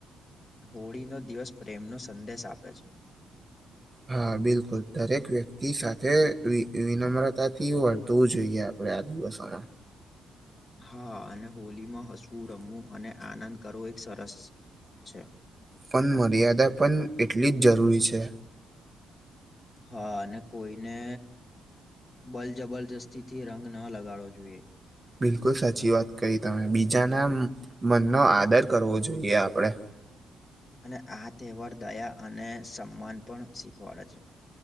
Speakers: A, on the left; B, on the right.
A: હોળીનો દિવસ પ્રેમનો સંદેશ આપે છે.
B: હા બિલકુલ દરેક વ્યક્તિ સાથે વિ વિનમ્રતાથી વર્તવું જોઈએ આપ હવે આ દિવસ હારા.
A: હા અને હોલીમાં હસવું રમવું અને આનંદ કરવો એક સરસ છે.
B: પણ મર્યાદા પણ એટલી જ જરૂરી છે.
A: હા, અને કોઈને બલ જબરજસ્તી થી રંગ ના લગાડવો જોઈએ.
B: બિલકુલ, સાચી વાત કહી તમે, બીજાના મનનો આદર કરવો જોઈએ આપણે.
A: અને આ તહેવાર દયા અને સન્માન પણ શીખવાડે છે.